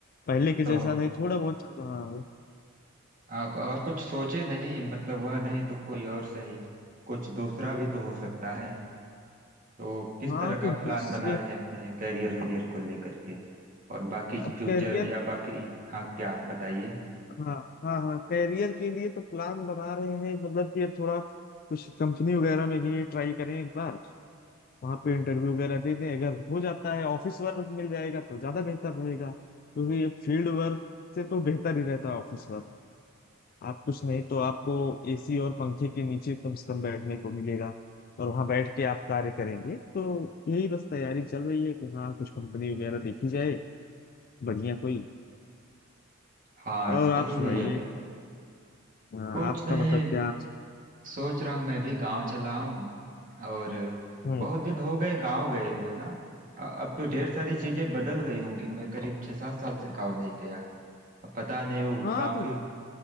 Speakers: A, on the left; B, on the right.
A: पहले के
B: तो
A: जैसा नहीं थोड़ा बहुत चल रहा है
B: अ, और कुछ सोचे नहीं मतलब वह नहीं तो कोई और सही कुछ दूसरा भी तो हो सकता है तो किस
A: हाँ
B: तरह का
A: कुछ
B: प्लान
A: दूसरे
B: बना रहे हैं अपने करियर वेरियर को लेकर के और बाकी
A: अब
B: फ्यूचर
A: कैरियर
B: या बाकी हाँ क्या बताइए
A: हाँ हाँ हाँ करियर के लिए तो प्लान बना रहे हैं मतलब कि अब थोड़ा कुछ कंपनी वगैरह में भी ट्राई करें एक बार वहाँ पे इंटरव्यू वगैरह दे दें अगर हो जाता है ऑफिस वर्क मिल जाएगा तो ज्यादा बेहतर रहेगा क्योंकि फील्ड वर्क से तो बेहतर ही रहता है ऑफिस वर्क आप कुछ नहीं तो आपको एसी और पंखे के नीचे कम से कम बैठने को मिलेगा और वहाँ बैठ के आप कार्य करेंगे तो यही बस तैयारी चल रही है कि हाँ कुछ कंपनी वगैरह देखी जाए बढ़िया कोई
B: हाँ
A: और
B: सही
A: आप सुनाइए
B: है ये भी
A: हाँ,
B: कुछ
A: आपका
B: नहीं
A: मतलब क्या
B: सोच रहा हूँ मैं भी गांव चला हूँ और
A: आप
B: बहुत दिन हो गए गांव गए हुए ना अ- अब तो ढेर सारी चीजें बदल गई होंगी मैं करीब छह सात साल से गांव नहीं गया अब पता नहीं वो
A: हाँ
B: गांव
A: तो
B: की